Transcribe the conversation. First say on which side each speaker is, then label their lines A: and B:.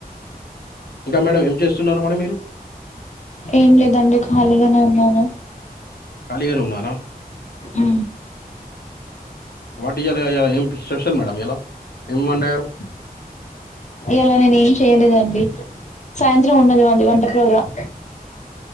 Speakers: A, on the left; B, on the left.
A: ఇంకా మేడం ఏం చేస్తున్నారుమేడమ్ మీరు
B: ఏం లేదండి ఖాళీగానే ఉన్నాను
A: ఖాళీగానే ఉన్నారా
B: ఆ
A: వాటికిలాం స్పెషల్ మేడ ఎలా ఏం వండరూ
B: ఇలా నేను ఏం చేయలేదండి సాయంత్రం ఉండది మది వంట ప్రోగ్రాం